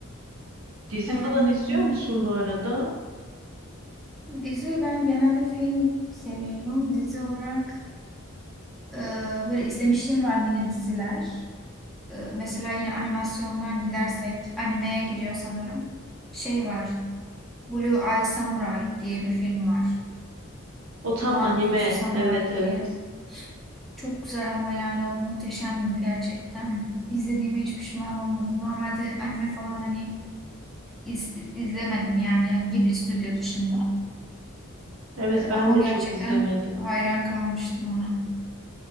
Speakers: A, on the right; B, in the centre.
A: Dizi
B: Aynen
A: falan izliyor
B: öyle.
A: musun bu arada?
B: Dizi ben genelde film seviyorum. Dizi olarak e, böyle izlemişliğim var mini diziler. E, mesela yine animasyondan gidersek animeye giriyor sanırım. Şey var. Blue Eye Samurai diye bir film var.
A: O tam
B: Mavi
A: anime.
B: Gözlü Samurai
A: Evet evet.
B: diye. Çok güzel ama yani o muhteşemdi gerçekten. İzlediğime hiç pişman olmadım. Normalde anime falan hani iz- izlemedim yani, yani Ghibli stüdyo dışında.
A: Evet
B: Ee,
A: ben
B: ama
A: de
B: gerçekten
A: çok izlemedim.
B: hayran kalmıştım ona.